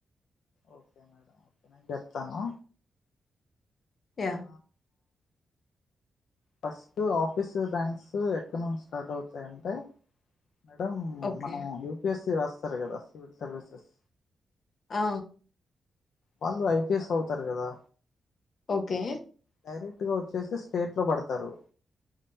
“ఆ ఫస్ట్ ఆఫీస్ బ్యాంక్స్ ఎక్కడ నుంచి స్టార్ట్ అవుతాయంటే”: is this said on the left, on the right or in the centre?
Left